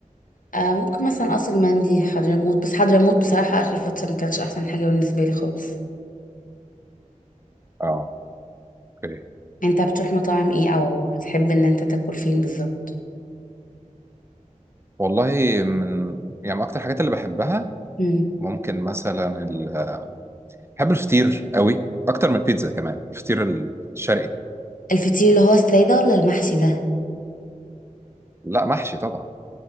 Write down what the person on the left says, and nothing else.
آه ممكن مثلا قصر مندي حضرموت بس حضرموت بصراحة آخر فترة ما كانش أحسن حاجة بالنسبة لي خالص
انت بتروح مطاعم ايه او بتحب ان انت تاكل فين بالظبط
مم.
الفطير اللي هو السادة ولا المحشي ده